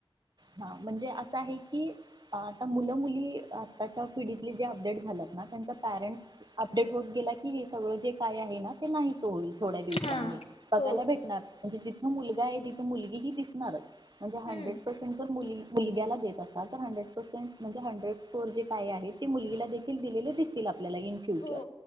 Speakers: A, on the right (about 45°); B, on the left (about 85°).
A: ह म्हणजे असं आहे की आता मुलं मुली आताच्या पिढीतले जे अपडेट झाल्यात ना तर पॅरंट आप अपडेट होत गेला की हे सगळं जे काय आहे ना ते नाही. होईल थोड्या दिवसांनी
B: हा
A: बघायला
B: हो
A: भेटणार म्हणजे जिथं मुलगा आहे तिथे मुलगी ही दिसणारच म्हणजे
B: हम्म
A: हंड्रेड पर्सेंट मुली मुलग्याला देत असाल तर हॅन्ड्रेड पर्सेंट म्हणजे हन्ड्रेड पोर जे काय आहे ते मुलगीला देखील दिलेले दिस आपल्याला इन फ्युचर
B: हो